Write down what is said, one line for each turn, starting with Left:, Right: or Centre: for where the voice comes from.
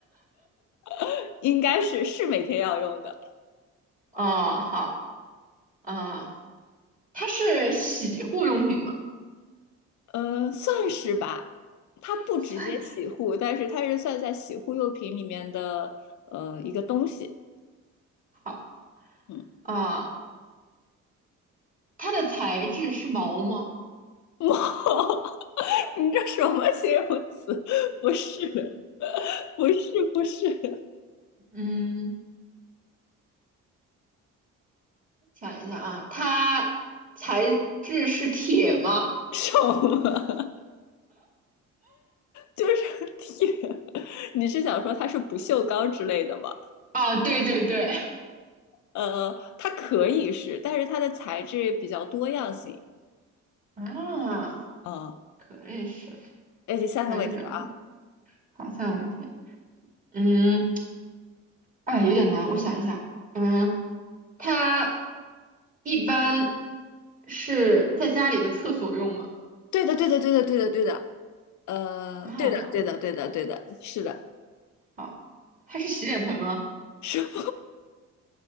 Left: <laughs> 应该是是每天要用的。
Right: 哦，好，啊，它是洗护用品吗？
Left: 呃，算是吧。它不直接洗护，
Right: <laughs> 算是
Left: 但是它是算在洗护用品里面的呃一个东西。
Right: 好
Left: 嗯，
Right: 啊，它的材质是毛吗？
Left: <laughs> 哇，你这什么形容词？不是，不是，不是，
Right: 嗯，想一下啊，它材质是铁吗？
Left: 什么？就是天，你是想说它是不锈钢之类的吗？
Right: 啊，对对对，
Left: 呃，它可以是，但是它的材质比较多样性。
Right: 啊，
Left: 嗯，
Right: 可以是
Left: 哎，第三个问题了啊。
Right: 材质比较多，好，三个问题，嗯，哎，有点难，我想一下，嗯。它一般是在家里的厕所用吗？
Left: 对的，对的，对的，对的，对的。呃，
Right: 啊，
Left: 对的，对的，对的，对的，是的。
Right: 好，它是洗脸盆吗？
Left: 什么